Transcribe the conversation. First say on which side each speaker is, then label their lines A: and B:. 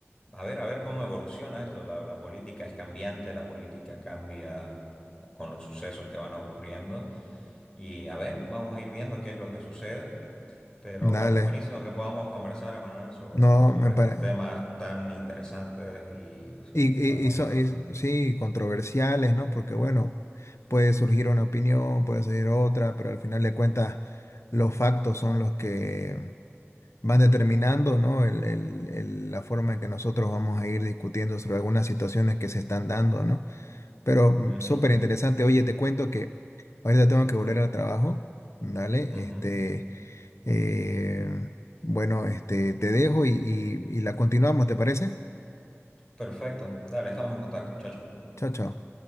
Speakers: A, on the left (about 15°); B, on the left (about 70°).
A: a ver, a ver cómo evoluciona esto. La, la política es cambiante, la política cambia con los sucesos que van ocurriendo. Y a ver, vamos a ir viendo qué es lo que sucede. Pero
B: dale.
A: bueno, buenísimo que podamos conversar, Emanuel, sobre,
B: No,
A: sobre
B: me parece.
A: estos temas tan interesantes y sí,
B: Y, y,
A: tan bonitos.
B: y so- es- sí, controversiales, ¿no? Porque bueno, puede surgir una opinión, puede surgir otra, pero al final de cuentas los factos son los que van determinando, ¿no? El, el- el- la forma en que nosotros vamos a ir discutiendo sobre algunas situaciones que se están dando, ¿no? Pero mm,
A: Ujú,
B: súper interesante. Oye, te cuento que ahorita tengo que volver al trabajo, ¿dale?
A: ujú.
B: Este, eh, bueno, este, te dejo y, y y la continuamos, ¿te parece?
A: Perfecto. Dale, estamos en contacto. Chao, chao.
B: Chao, chao.